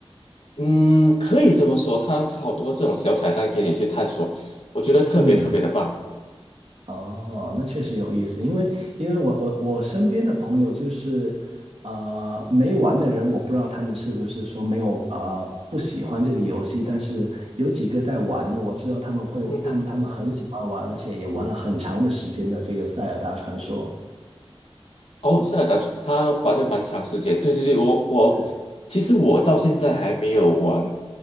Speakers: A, on the left; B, on the right.
A: 嗯，可以这么说，它好多这种小彩蛋给你去探索，我觉得特别特别的棒，
B: 嗯哦，那确实有意思，因为因为我我我身边的朋友就是，呃，没玩的人，我不知道他们是不是说没有啊、呃不喜欢这个游戏，但是有几个在玩的，我知道他们会，
A: 嗯哼。
B: 他们他们很喜欢玩，而且也玩了很长的时间的这个《塞尔达传说》。
A: 哦，塞尔达传他玩了蛮长时间，对对对，我我其实我到现在还没有玩
B: 是。